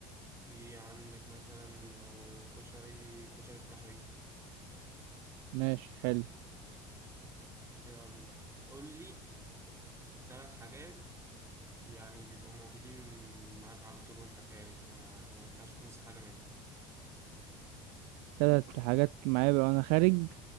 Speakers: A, on the right; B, on the right.
A: في عندك مثلا لو كشري كشري التحرير
B: ماشي حلو
A: يلا قول لي ثلاث حاجات يعني بيبقوا موجودين معاك على طول وانت خارج ما يعني ما ينفعش تنسى حاجة منهم
B: ثلاث حاجات معايا وانا خارج